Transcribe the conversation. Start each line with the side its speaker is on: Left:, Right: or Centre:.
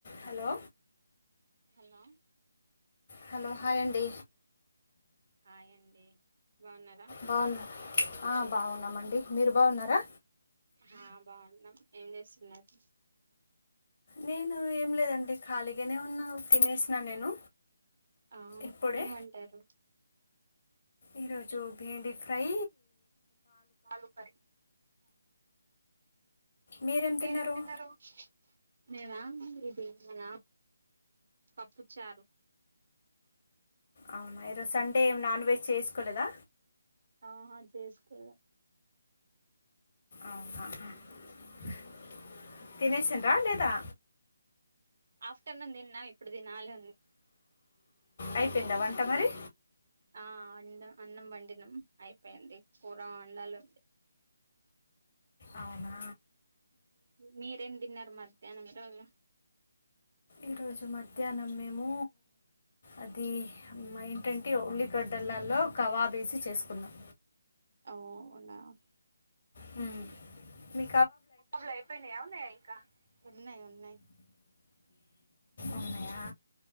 Left: Hello
Right: hello
Left: hello hi అండి
Right: hi అండి బాగున్నారా
Left: బాగున్నా ఆ బాగున్నామండి మీరు బాగున్నారా
Right: ఆ బాగున్నాం ఏం చేస్తున్నారు
Left: నేను ఏం లేదండి ఖాళీగానే ఉన్న తినేసినా నేను
Right: ఆ
Left: ఇప్పుడే
Right: ఏమంటారు
Left: ఈరోజు బేండి ఫ్రై
Right: ఆలు కర్రీ
Left: మీరేం
Right: మీరెం
Left: తిన్నారు
Right: తిన్నరు మేమా ఇది మన పప్పు చారు
Left: అవున ఈరోజు సండే ఏమి నాన్ వెజ్ చేసుకోలేదా
Right: ఆహా చేసుకోలా
Left: అవునా హ హ తినేసిండ్రా లేదా
Right: ఆఫ్టర్ నూన్ తిన్నా ఇప్పుడు తినాలి
Left: అయిపోయిందా వంట మరి
Right: ఆ అన్న అన్నం వండినాం అయిపోయింది కూర అండాలు ఉంది
Left: అవునా
Right: మీరేం తిన్నారు మధ్యాహ్నం ఈరోజు
Left: ఈరోజు మధ్యాహ్నం మేము అది ఏంటంటే ఉల్లిగడ్డలల్లో కవాబేసి చేసుకున్నాం
Right: అవునా
Left: హు మీ
Right: <unintelligible> అయిపోయినాయా ఉన్నాయా ఇంకా ఉన్నాయి ఉన్నాయి
Left: ఉన్నాయా